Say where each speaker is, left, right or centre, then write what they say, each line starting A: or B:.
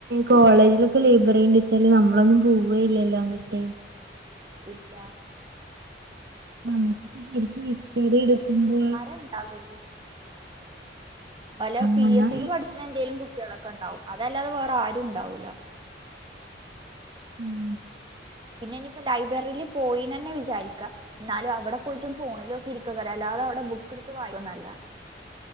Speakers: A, on the right (about 60°); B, on the right (about 25°).
A: കോളേജിലൊക്കെ ലൈബറിണ്ട് വെച്ചാല് നമ്മളൊന്നും പോവയില്ല എല്ലാം കിട്ട്
B: ഇല്ല
A: നമ്മുക്ക് ശരിക്കും ഇച്ചടി എടുക്കുമ്പോ
B: എണ്ടാവുലടി പല പി
A: മുന്നോ
B: എസ് സിക്ക് പഠിച്ചി എന്തെങ്കിലും കുട്ടികളൊക്കെ ഉണ്ടാവും അതല്ലാതെ വേറെ ആരും ഉണ്ടാവൂല്ല
A: ഉം
B: പിന്നെ ഇനിയിപ്പം ലൈബ്രറിൽ പോയിന്ന് തന്നെ വിചാരിക്കാം എന്നാലും അവിടെ പോയിട്ടും ഫോണിലക്ക ഇരിക്കെകാരം അല്ലാതെ അവിടെ ബുക്ക് എടുത്ത് വായിക്കെന്നല്ല